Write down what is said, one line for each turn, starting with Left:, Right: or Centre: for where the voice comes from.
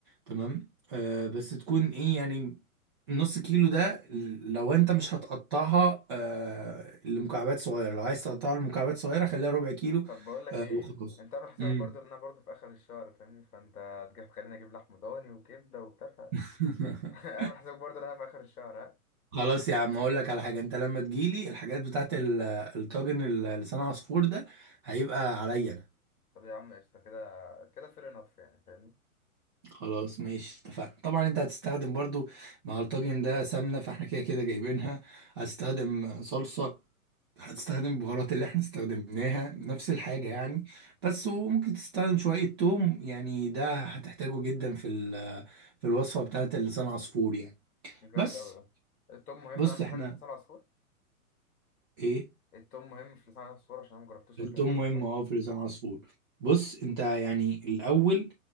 Right: تمام آه بس تكون ايه يعني نص كيلو ده لو انت مش هتقطعها آه لمكعبات صغيره لو عايز تقطعها لمكعبات صغيره خليها ربع كيلو
Left: طب بقول لك
Right: آه
Left: ايه
Right: وخلاص
Left: انت عامل حسابك
Right: مم.
Left: برضو ان انا برضو في اخر الشهر فاهمني فانت تجي تخليني اجيب لحم ضاني وكبده وبتاع ف- <laughs>
Right: <laughs>
Left: عامل حسابك برضو ان انا في اخر الشهر ها
Right: خلاص يا عم اقول لك على حاجه انت لما تجيلي الحاجات بتاعت ال- الطاجن ال- لسان عصفور ده هيبقى عليا انا
Left: طب يا عم قشطه كده كده فير انف يعني فاهمني
Right: خلاص ماشي اتفقنا طبعا انت هتستخدم برضو مع الطاجن ده سمنة فاحنا كده كده جايبينها هتستخدم صلصة هتستخدم البهارات اللي احنا استخدمناها نفس الحاجة يعني بس وممكن تستخدم شوية توم يعني ده هتحتاجه جدا في ال- في الوصفة بتاعت اللسان عصفور يعني
Left: جامد
Right: بس
Left: أوي ده التوم مهم
Right: بص
Left: أهم
Right: احنا
Left: حاجة في لسان العصفور
Right: ايه
Left: التوم مهم في لسان العصفور عشان أنا مجربتوش
Right: التوم
Left: قبل كده التوم
Right: مهم
Left: بصراحة
Right: اه في لسان عصفور بص انت يعني الاول